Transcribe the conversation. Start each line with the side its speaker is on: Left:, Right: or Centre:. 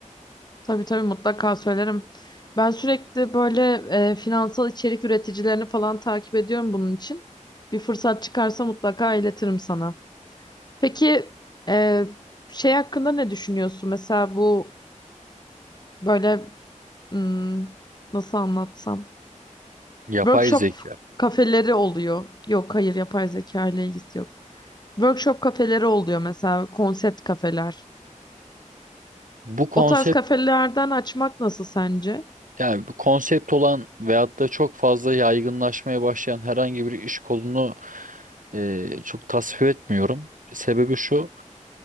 Left: Tabii tabii mutlaka söylerim. Ben sürekli böyle e, finansal içerik üreticilerini falan takip ediyorum bunun için. Bir fırsat çıkarsa mutlaka iletirim sana. Peki e, şey hakkında ne düşünüyorsun? Mesela bu böyle hmm, nasıl anlatsam?
Right: Yapay
Left: Workshop
Right: zeka.
Left: kafeleri oluyor. Yok hayır yapay zeka ile ilgisi yok. Workshop kafeleri oluyor mesela konsept kafeler.
Right: Bu konsept
Left: O tarz kafelerden açmak nasıl sence?
Right: Yani bu konsept olan veyahut da çok fazla yaygınlaşmaya başlayan herhangi bir iş kolunu e, çok tasvip etmiyorum. Sebebi şu,